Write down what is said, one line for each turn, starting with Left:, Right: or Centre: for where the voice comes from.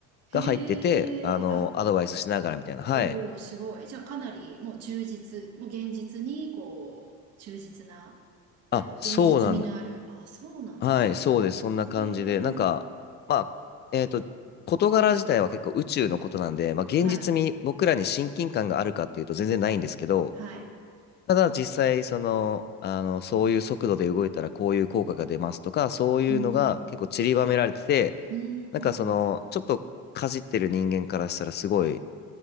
Right: へえ。
Left: が入ってて、あの、
Right: あ、
Left: アドバイスしながらみたいな。はい。
Right: おお、すごい。じゃあかなりもう忠実、もう現実に、こう、忠実な、ね、
Left: あ、
Right: こう、
Left: そうなんで、
Right: 現実味のある。あ、そうなんですね。
Left: はい、そうです。そんな感じで、
Right: へえ。
Left: なんか、まあ、えっと、事柄自体は結構宇宙のことなんで、まあ、現実に僕らに親近感があるかっていうと全然ないんですけど、
Right: はい。はい。
Left: ただ実際、その、あの、そういう速度で動いたらこういう効果が出ますとか、そういうのが結構散りばめられてて、
Right: うんうん。うー
Left: なんかその、
Right: ん。
Left: ちょっとかじってる人間からしたらすごい